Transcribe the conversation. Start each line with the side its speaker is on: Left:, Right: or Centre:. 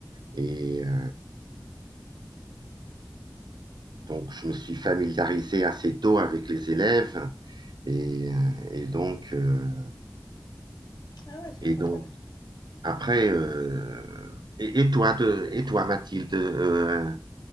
Right: et euh, donc je me suis familiarisé assez tôt avec les élèves et, euh, et donc euh,
Left: Ah ouais, c'est
Right: et
Left: sympa.
Right: donc après Euh, et, et toi de et toi Mathilde euh,